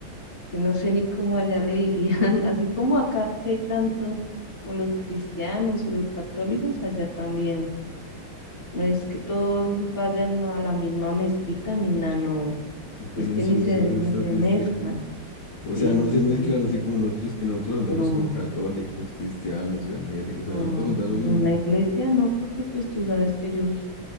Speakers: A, on the left; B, on the left.
A: que no sé ni cómo allá le dirían, <laughs> así como acá que hay tanto, como los cristianos y los católicos, allá también No es que todos vayan a la misma mezquita ni nada, no.
B: y tienen
A: Es que
B: sus,
A: ni se,
B: sus
A: ni
B: estas
A: se
B: distintas.
A: mezclan,
B: O
A: sí,
B: sea, no
A: ni
B: se
A: se
B: mezclan
A: mezclan.
B: así como nosotros, que nosotros andamos
A: No,
B: con católicos, cristianos, evangélicos,
A: no,
B: o sea, a nosotros nos da lo mismo.
A: una iglesia no, porque pues tú sabes que ellos,